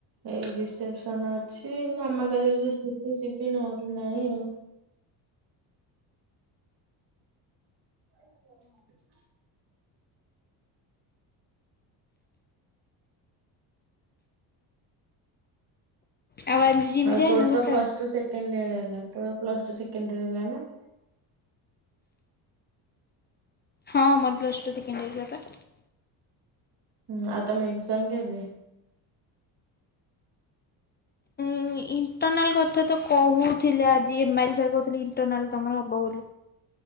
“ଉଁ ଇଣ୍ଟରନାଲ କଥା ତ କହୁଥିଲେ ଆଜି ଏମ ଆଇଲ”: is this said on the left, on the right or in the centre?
Left